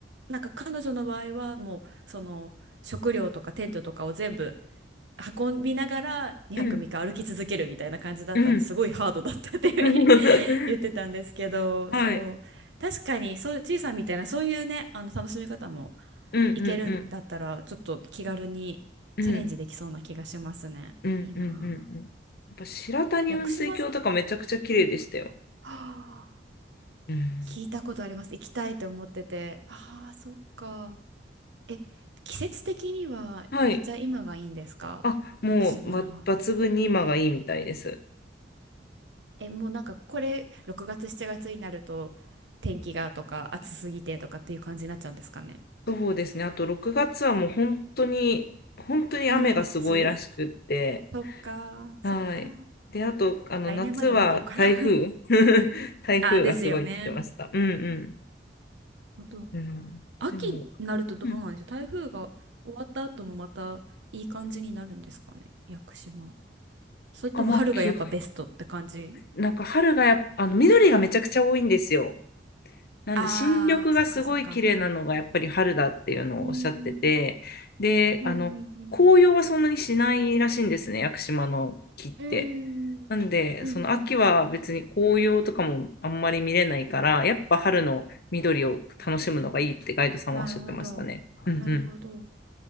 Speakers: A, on the right (about 85°); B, on the left (about 60°).
A: なんか彼女の場合はもう、その食料とかテントとかを全部運びながら2泊3日歩き続けるみたいな感じだったんですごいハードだったっていう
B: うんうん。<laughs>
A: 言ってたんですけど、
B: はい。
A: そう、確かに、そう、ちいさんみたいな、そういうね、あの、楽しみ方も
B: うんうんうん。
A: いけるんだったら、ちょっと気軽にチャレンジできそうな気がしますね。
B: うん。うんうんうんうん。
A: いいなあ
B: やっぱ白谷雲水峡とかめちゃくちゃ綺麗でしたよ。
A: 屋久島、はあ
B: うん。
A: 聞いたことあります。行きたいと思ってて。ああ、そっか。え、季節的にはめっちゃ今がいいんですか屋久島は。
B: はい。あ、もう、ば抜群に今がいいみたいです。
A: え、もうなんかこれ、6月、7月になると、天気がとか、暑すぎてとかっていう感じになっちゃうんですかね。
B: そうですね。あと6月はもう本当に、本当に雨がすごいらしくって。
A: うん。梅雨そっか、そっか。
B: はい。で、あと、あの、
A: 来年まで待とうかな
B: 夏は台風。
A: <laughs>
B: <laughs> 台風がすごいって言ってました。
A: あ、ですよね。
B: うん
A: あと
B: うん。うん、
A: 秋になるとどうなんでしょう。
B: でも、うん、
A: 台風が終わった後もまたいい感じになるんですかね、屋久島。それとも春がやっぱベストって感じ
B: なんかまあ、きゅなんか春がやっぱ、あの、緑がめちゃくちゃ多いんですよ。なんで新緑がすごい綺麗なのがやっぱり春だっていうのをおっしゃってて、
A: ああ、そっか、そっか。うーん。
B: で、
A: うん、
B: あの、
A: うん、
B: 紅葉はそんなにしないらしいんですね、屋久島の木って。
A: うん。うーん、
B: なんで、
A: うん、
B: その秋は別に紅葉とかもあんまり見れないから、
A: うん。
B: やっぱ春の緑を楽しむのがいいってガイドさんはおっしゃってましたね。
A: なるほど。
B: うん
A: なるほど。